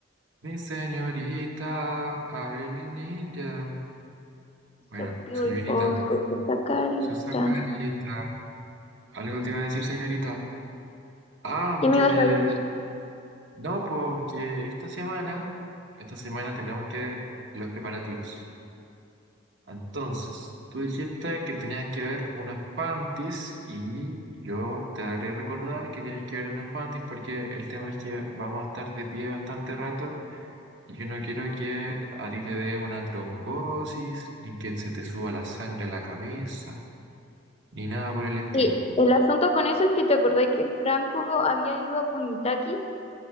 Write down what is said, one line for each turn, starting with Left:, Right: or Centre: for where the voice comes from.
Right: Mi señorita, I really need ya. Bueno,
Left: So beautiful,
Right: señorita,
Left: con esa carita.
Right: su carita. Algo te iba a decir, señorita. Ah,
Left: ¿Qué me
Right: que...
Left: ibas a decir?
Right: No, pues que esta semana, esta semana tenemos que los preparativos. Entonces, tú dijiste que tenías que ver unas panties y yo te haré recordar que tienes que ver unas panties porque el tema es que vamos a estar de pie bastante rato y yo no quiero que a ti te dé una trombosis, ni que se te suba la sangre a la cabeza, ni nada por el estilo.
Left: Y el asunto con eso es que te acordé que el Franco había ido a Punitaki